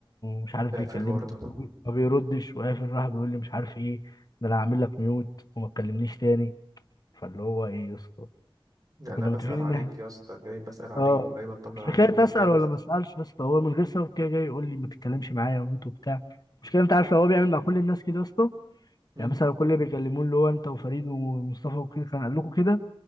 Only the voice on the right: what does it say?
قافل
برضه
يعني
انا بسأل
عليك
يا اسطى جاي بسأل عليك
وجاي بطمن
عليك
وجاي
بسأل
مم.